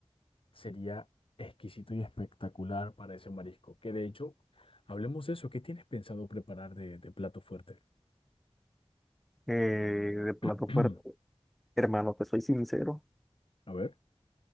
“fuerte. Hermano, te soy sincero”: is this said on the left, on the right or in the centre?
Centre